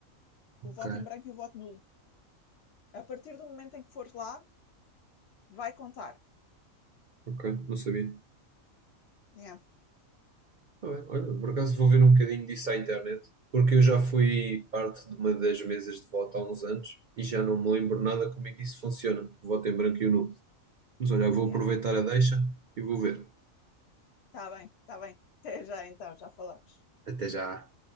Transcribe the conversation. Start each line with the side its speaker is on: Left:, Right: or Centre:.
Left: O voto
Right: Ok,
Left: em branco e o voto nulo. A partir do momento em que fores lá, vai contar.
Right: ok, não sabia.
Left: Yeah,
Right: Tá bem. Olha, por acaso vou ver um bocadinho disso à internet, porque eu já fui parte de uma das mesas de voto há uns anos e já não me lembro nada como é que isso funciona, de voto em branco e nulo. Mas olha, vou
Left: yeah.
Right: aproveitar a deixa e vou ver.
Left: está bem, está bem. <laughs> Até já então, já falamos.
Right: Até já.